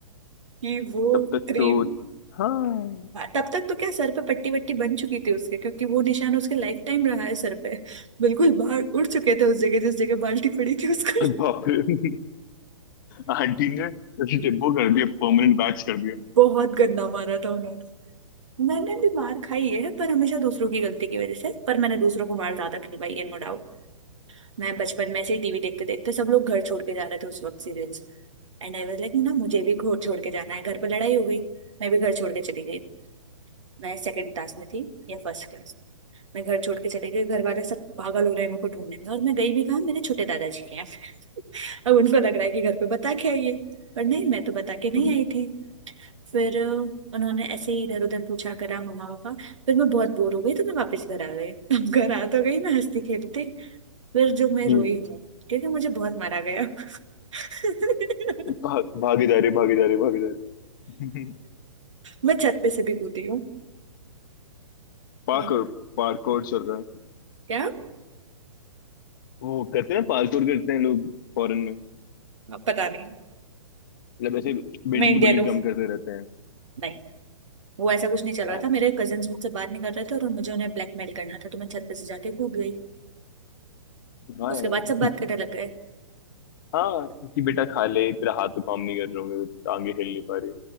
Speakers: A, on the right (about 60°); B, on the left (about 35°).
A: कि वो
B: तब तक
A: क्रीम
B: तो हाँ
A: तब तक तो क्या सर पे पट्टी वट्टी बन चुकी थी उसके क्योंकि वो निशान उसके लाइफ टाइम रहा है सर पे बिल्कुल बाल उड़ चुके थे उस जगह जिस जगह बाल्टी पड़ी थी उसको
B: बाप रे आंटी ने जैसे वो कर दिया परमानेंट बैच कर दिया
A: बहुत गंदा मारा था उन्होंने मैंने भी मार खाई है पर हमेशा दूसरों की गलती की वजह से पर मैंने दूसरों को मार ज्यादा खिलवाई है नो डाउट। मैं बचपन में से ही टीवी देखते देखते सब लोग घर छोड़ के जा रहे थे उस वक्त serials and I was like ना मुझे भी घर छोड़ के जाना है घर पर लड़ाई हो गई मैं भी घर छोड़ के चली गई मैं सेकंड क्लास में थी या फर्स्ट क्लास में मैं घर छोड़ के चली गई घर वाले सब पागल हो रहे हैं मेरे को ढूंढने में और मैं गई भी कहाँ मेरे छोटे दादाजी के यहाँ <laughs> अब उनको लग रहा है कि घर पे बता के आई है पर नहीं मैं तो बता के नहीं
B: हम्म,
A: आई थी फिर अ, उन्होंने ऐसे ही इधर उधर पूछा करा मम्मा पापा फिर मैं बहुत बोर हो गई तो मैं वापस घर आ गई <laughs> अब घर आ तो गई मैं हंसती खेलती फिर जो मैं
B: हम्म।
A: रोई हूँ क्योंकि मुझे बहुत मारा गया <laughs>
B: भाग भागे जा रहे भागे जा रहे भागे जा रहे
A: मैं छत पे से भी कूदी हूँ
B: पार्कोर
A: तो
B: पार्कोर चल रहा है।
A: क्या
B: वो करते हैं ना, पार्कोर करते हैं लोग फॉरेन में
A: अब पता नहीं
B: मतलब ऐसे बिल्डिंग
A: मैं इंडियन
B: टू बिल्डिंग
A: हूँ
B: जंप करते रहते हैं
A: नहीं वो ऐसा कुछ नहीं चल रहा
B: हाँ
A: था मेरे कजिन्स मुझसे बात नहीं कर रहे थे और मुझे उन्हें ब्लैकमेल करना था तो मैं छत पे से जाके कूद गई
B: हाँ
A: उसके
B: यार
A: बाद सब बात करने लग गए।
B: हाँ कि बेटा खा ले तेरा हाथ तो काम नहीं कर रहे होंगे टांगे हिल नहीं पा रही